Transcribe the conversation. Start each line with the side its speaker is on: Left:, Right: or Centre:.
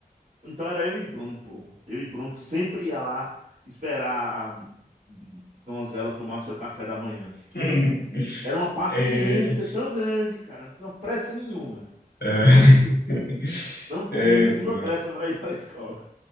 Right: Então era eu e Bruno, pô. Eu e Bruno sempre ia lá esperar a donzela tomar seu café da manhã. Porque
Left: <laughs>
Right: era uma paciência
Left: É,
Right: tão grande, cara. Não tinha pressa nenhuma.
Left: é, <laughs>
Right: Incrível. Não tinha
Left: é,
Right: nenhuma
Left: pô,
Right: pressa pra ir pra escola.